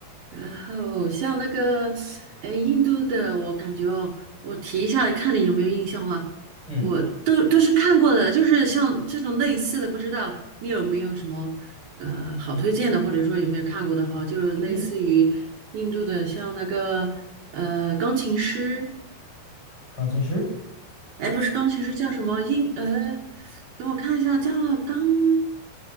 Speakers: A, on the right (about 65°); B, on the left (about 30°).
A: 然后像那个，哎，印度的，我感觉哦，我提一下，看你有没有印象啊？
B: 嗯，
A: 我嗯都都是看过的，就是像这种类似的，不知道你有没有什么呃好推荐的，或者说有没有看过的哈，就是类似于印度的，
B: 印
A: 像那个呃钢琴师。
B: 钢琴师，
A: 哎，不是钢琴师叫什么音？呃，等我看一下，叫钢，